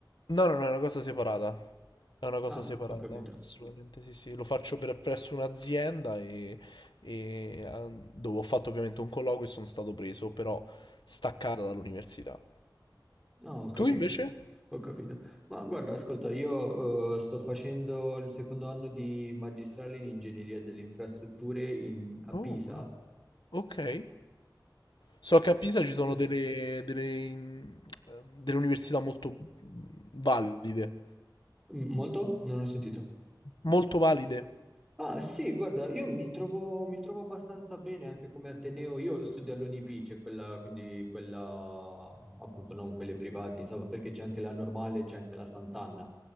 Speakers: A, on the left; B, in the centre.
A: No, no, no, è una cosa separata. È una cosa
B: Ah,
A: separata,
B: ho capito.
A: assolutamente sì, sì. Lo faccio per, presso un'azienda e, e, eh, dove ho fatto ovviamente un colloquio e sono stato preso, però staccata dall'università.
B: No, ho capito.
A: Tu invece?
B: Ho capito. Ma guarda, ascolta, io eh, sto facendo il secondo anno di magistrale in ingegneria delle infrastrutture in- a
A: Oh,
B: Pisa.
A: wow. Ok. So che a Pisa ci sono
B: Sì.
A: delle, delle, in- delle università molto valide.
B: M- Molto? Non ho sentito.
A: Molto valide.
B: Ah sì, guarda, io mi trovo, mi trovo abbastanza bene anche come Ateneo. Io studio all'UNIP, c'è quella, quindi quella, appunto, non quelle private, insomma, perché c'è anche la normale, c'è anche la Sant'Anna.